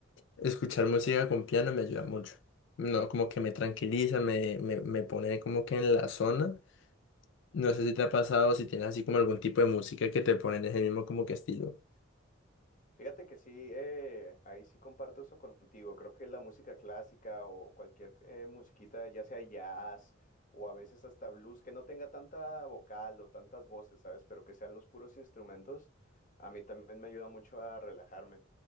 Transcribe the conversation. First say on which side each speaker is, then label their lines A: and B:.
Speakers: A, on the left (about 60°); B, on the left (about 40°).
A: Escuchar música con piano me ayuda mucho. No, como que me tranquiliza, me, me, me pone como que en la zona. No sé si te ha pasado, si tienes así como algún tipo de música que te pone en ese mismo como que estilo.
B: Fíjate que sí, eh, ahí sí comparto eso contigo. Creo que la música clásica o cualquier eh, musiquita, ya sea jazz o a veces hasta blues, que no tenga tanta vocal o tantas voces, ¿sabes? Pero que sean los puros instrumentos, a mí también me ayuda mucho a relajarme.